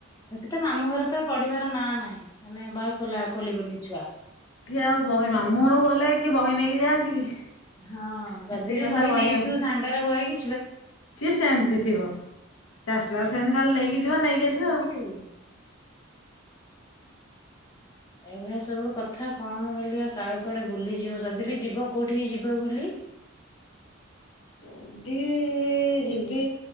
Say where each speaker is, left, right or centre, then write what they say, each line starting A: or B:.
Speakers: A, on the left (about 20°); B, on the left (about 80°).
A: ସେଠୀ ତ ମାମୁଁ ଘରେ ତ ପଢିବାର ନାଁ ନାହିଁ ମାନେ ବହି ଖୋଲା ଖୋଲିବନି ଛୁଆ।
B: ଏଠି ଆଉ ବହି ମାମୁଁରୁ ଗଲେ କି ବହି ନେଇକି ଯାଆନ୍ତି କି?
A: ହଁ
B: ସେଠିକି
A: ଯଦି ବି
B: ଗଲେ
A: ବହି ନେଇଥିବ
B: ଆଉ
A: ସାଙ୍ଗରେ ବହି
B: ସିଏ ସେମିତି ଥିବ। ସେ ଆସିଲା ବେଳେ ସେମିତି ଖାଲି ନେଇକି ଯିବା ନେଇକି
A: ମାଗିକି
B: ଆସିବା ଆଉ
A: ପଢିବେ ଏଇଭଳିଆ ସବୁ କଥା କଣ କଲି କାଳେ କୁଆଡେ ବୁଲିଯିବ ଯଦି ବି ଯିବ କୋଉଠିିକି ଯିବ ବୁଲି
B: ଯଦି ଯିବି